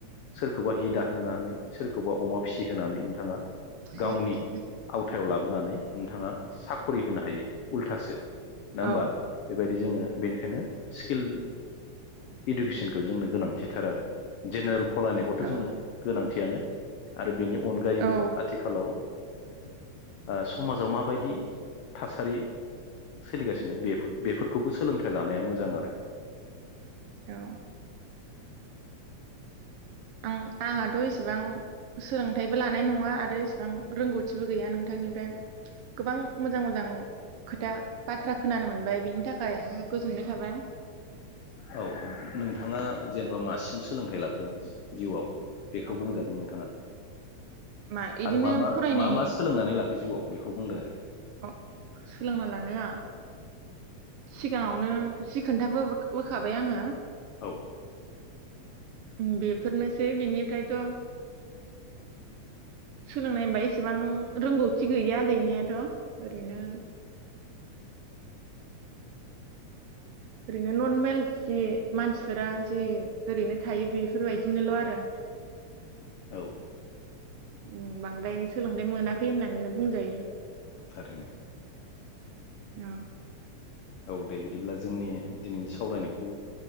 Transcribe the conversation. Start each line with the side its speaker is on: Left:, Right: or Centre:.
Left: सोरखौबा हि दाहोनानै सोरखौबा अमा फिसि होनानै नोंथाङा
Right: <inaudible>
Left: गावनि आवथायाव लाबोनानै नोंथाङा साखरि होनो हायो उल्थासो नङा
Right: औ
Left: होमबा बेबायदि जोङो बेनिखायनो स्किल इडुकेसनखौ जोंनो गोनांथिथार आरो जेनेरेल फरायनायखौथ
Right: औ
Left: जोंनो गोनांथियानो आरो बेनि अनगायैबो
Right: औ
Left: आथिखालाव ओ समाजाव माबायदि थासारि सोलिगासिनो बेफोर बेफोरखौबो सोलोंथाइ लानाया मोजां आरो।
Right: औ ओं आंहाथ‌ इसेबां सोलोंथाइबो लानाय नङा आरो इसेबां रोंगौथिबो गैया नोंथांनिफ्राय गोबां मोजां मोजां खोथा बाथ्रा खोनानो मोनबाय बेनि थाखाय गोजोननाय थाबाय।
Left: औ नोंथाङा जेनेबा मासिम सोलोंथाइ लाखो जिउवाव बेखौ
Right: अ
Left: बुंजागोन नोंथाङा
Right: मा इदिनो
Left: आरो मा मा
Right: फरायनाय
Left: मा मा सोलोंनानै लाखो जिउआव बेखौ बुंदो आरो।
Right: अ सोलोंना लानाया सिगाङावनो जि खोन्थाबो होखाबाय आङो।
Left: औ
Right: बेफोरनोसै बिनिफ्रायथ सोलोंनाय होनबा एसेबां रोंगौथि गैया गैनायाथ ओरैनो ओरैनो नरमेल जि मानसिफोरा जि ओरैनो थायो बेफोरबायदिनोल‌ आरो
Left: औ
Right: ओ बांद्राय सोलोंथायाइ मोनाखै होननानैनो बुंजायो।
Left: थारैनो
Right: औ
Left: औ दे बिदिब्ला जोंनि दिनैनि सावरायनायखौ